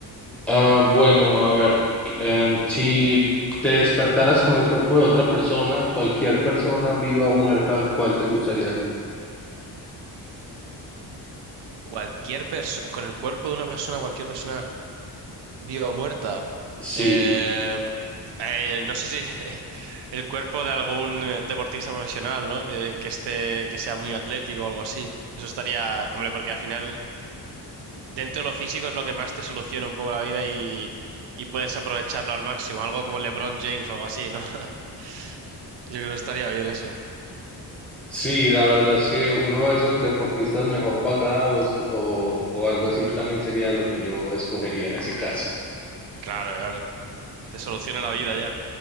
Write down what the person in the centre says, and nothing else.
Ah, bueno, a ver, em, si te despertaras con el cuerpo de otra persona, cualquier persona viva o muerta, ¿cuál te gustaría ser?
Sí,
sí, la verdad es que uno de esos deportistas mejor pagados o, o algo así también sería lo que yo escogería en ese caso.